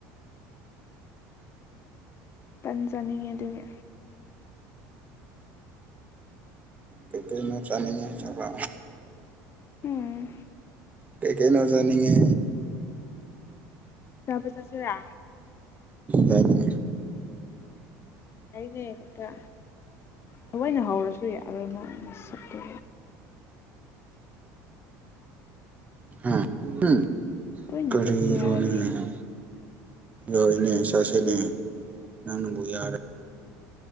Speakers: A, on the left; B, on the right.
A: ꯇꯟ ꯆꯥꯅꯤꯡꯉꯤ ꯑꯗꯨꯒꯤ
B: ꯀꯀꯅꯣ ꯆꯅꯤꯉ ꯆꯕ
A: ꯎꯝ
B: ꯀꯦ ꯀꯩꯅ ꯆꯅꯤꯡꯉ
A: ꯆ ꯄꯩ ꯆꯁꯦꯔ
B: ꯌꯥꯏꯅꯦ
A: ꯉꯅꯦ ꯍꯦꯛꯇ ꯊꯑꯣꯣꯏꯅ ꯍꯧꯔꯁꯨ ꯌꯥꯕ ꯁꯛꯇ
B: ꯑ ꯎꯝ
A: ꯊꯑꯣꯏꯅ
B: ꯀꯔꯤꯔꯣꯅꯦꯅ
A: ꯆꯠꯁꯦ ꯍꯥꯏꯔꯗꯤ ꯌꯥꯔꯣꯏ
B: ꯍꯣꯏꯅꯦ ꯆꯁꯦꯅꯦ ꯅꯪꯅꯕꯨ ꯌꯥꯔꯦ